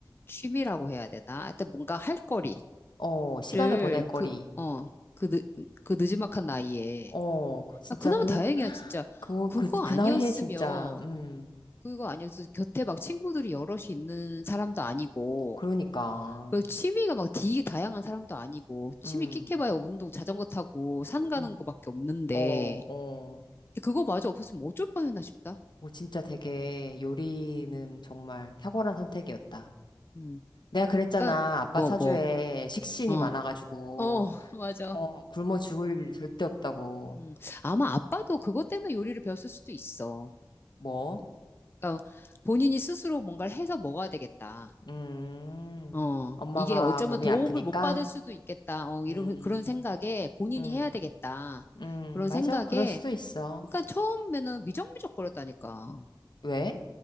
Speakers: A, on the left; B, on the left.
A: 취미라고 해야 되나? 하여튼 뭔가 할 거리를
B: 어, 시간을
A: 그,
B: 보낼 거리.
A: 어, 그, 늦, 그 느지막한 나이에.
B: 어, 그- 진짜
A: 아, 그나마
B: 그,
A: 다행이야,
B: <gasps>
A: 진짜.
B: 그,
A: 그거
B: 그, 그
A: 아니었으면,
B: 나이에 진짜, 음,
A: 그거 아니었으면 곁에 막 친구들이 여럿이 있는 사람도 아니고,
B: 그러니까,
A: 그 취미가 막 되게 다양한 사람도 아니고 취미
B: 음,
A: 끽해봐야 운동, 자전거 타고 산 가는
B: 음,
A: 거밖에 없는데
B: 어, 어,
A: 그거마저 없었으면 어쩔 뻔했나 싶다.
B: 뭐 진짜 되게 요리는
A: 음,
B: 정말 탁월한 선택이었다.
A: 음.
B: 내가 그랬잖아.
A: 그러니까
B: 아빠
A: 뭐
B: 사주에
A: 뭐,
B: 식신이
A: 어,
B: 많아가지고,
A: 어, <laughs> 맞아.
B: 어, 굶어 죽을 일 절대 없다고.
A: 음. 아마 아빠도 그것 때문에 요리를 배웠을 수도 있어.
B: 뭐?
A: 그러니까 본인이 스스로 뭔가를 해서 먹어야 되겠다.
B: 음,
A: 어,
B: 엄마가
A: 이게 어쩌면
B: 몸이
A: 도움을
B: 아프니까?
A: 못 받을 수도 있겠다. 어, 이런
B: 음,
A: 그런 생각에 본인이
B: 음,
A: 해야 되겠다.
B: 음,
A: 그런
B: 맞아.
A: 생각에
B: 그럴 수도 있어.
A: 그러니까 처음에는 미적미적거렸다니까.
B: 왜?